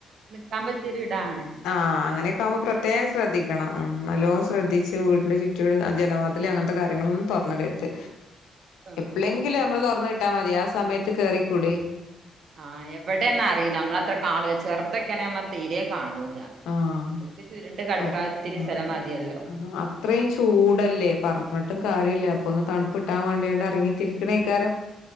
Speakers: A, on the right; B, on the left.
A: നിക്കാൻ പറ്റിയ ഒരിടാണ്
B: ആഹ് അങ്ങനെയൊക്കെ ആകുമ്പോ പ്രത്യേകം ശ്രദ്ധിക്കണം ഉം നല്ലോണം
A: ആഹ്
B: ശ്രദ്ധി ശ്രദ്ധിച്ച് വീടിന്റെ ചുറ്റുള്ള ജനവാതില് അങ്ങന്ത്തെ കാര്യങ്ങളൊന്നും തൊറന്ന്ടരുത്
A: ആഹ്
B: എപ്പഴെങ്കിലും നമ്മള് തൊറ്ന്ന്ട്ടാ മതി ആഹ് സമയത്ത് കേറിക്കൂടയ്
A: ആഹ് എവിടെ നാറീല നമ്മളത്രെ കാണൂല ചെറുതൊക്കെ നമ്മള് തീരെേ കാണൂല
B: ആഹ്
A: അറ്റക്ക് ചുരുണ്ട് കടക്കാൻ
B: ഒരു
A: ഇത്തിരി
B: ആഹ്
A: സ്ഥലം മതിയല്ലോ
B: ആഹ് അത്രയും ചൂടല്ലേ പറ്ഞ്ട്ടും കാര്യല്ല അപ്പോ ഒന്ന് തണുപ്പ് കിട്ടാൻ വേണ്ടിട്ട് ഇറങ്ങിത്തിരിക്കണേക്കാരം